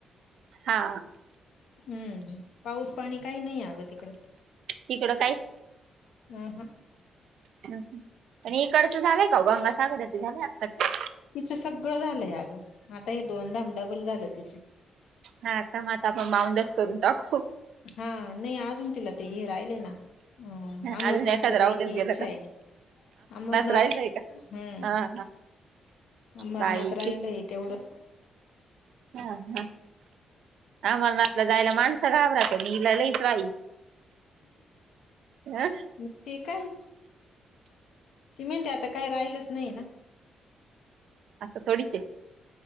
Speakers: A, on the right; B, on the left.
A: हा
B: हुं पाऊस पाणी काही नाही अगं तिकड
A: तिकडं
B: अ ह
A: ह आणि इकडचं झालंय का गंगासागर झालंय अक्काच
B: तिचं सगळं झालंय. आता हे दोनदाम डबल झालं तिचं
A: हा का मग आता आपण माऊंदच करून टाकू
B: हा नाही अजून तिला ते ये राय ह अमरनाथला
A: अजून एखादं राहूनच
B: जायची
A: गेलं
B: इच्छा
A: का
B: आहे. अमरनाथ
A: राहिलय का
B: ह
A: हा हा
B: अमरनाथ
A: बाई
B: राहिलंय
A: किती
B: तेवढंच
A: हा हा अमरनाथला जायला माणसं घाबरात आहे इला लईच बाई अ
B: मग ते काय ती म्हणते आता काय राहिलच नाही ना
A: असं थोडीच